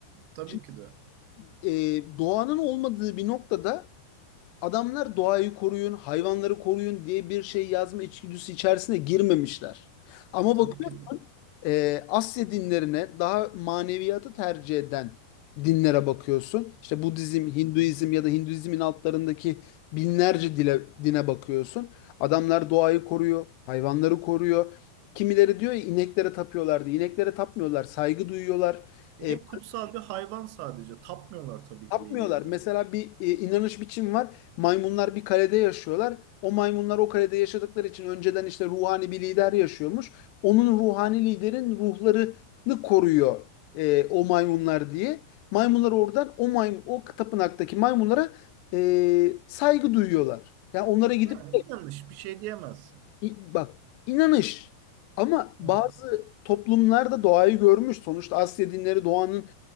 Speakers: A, on the right (about 85°); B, on the left (about 80°).
A: Tabii
B: Şimdi,
A: ki de.
B: e, doğanın olmadığı bir noktada Adamlar doğayı koruyun, hayvanları koruyun diye bir şey yazma içgüdüsü içerisine girmemişler. Ama
A: Tabii
B: bakıyorsun
A: ki de. Hı
B: e, Asya dinlerine daha maneviyatı tercih eden dinlere bakıyorsun. İşte Budizm,
A: hı.
B: Hinduizm ya da Hinduizmin altlarındaki binlerce dile, dine bakıyorsun. Adamlar doğayı koruyor, hayvanları koruyor. Kimileri diyor ya ineklere tapıyorlardı. İneklere tapmıyorlar, saygı duyuyorlar.
A: İnek
B: E,
A: kutsal bir hayvan sadece. Tapmıyorlar tabii ki
B: Yapmıyorlar.
A: de inekleri.
B: Mesela bir e, inanış biçim var. Maymunlar bir kalede yaşıyorlar. O maymunlar o kalede yaşadıkları için önceden işte ruhani bir lider yaşıyormuş. Onun ruhani liderin ruhlarını koruyor e, o maymunlar diye. Maymunlar oradan o maymun, o tapınaktaki maymunlara e, saygı duyuyorlar. Yani onlara gidip
A: Yani inanış bir şey diyemezsin.
B: İ- Bak inanış ama bazı
A: Hı hı.
B: toplumlarda doğayı görmüş. Sonuçta Asya dinleri doğanın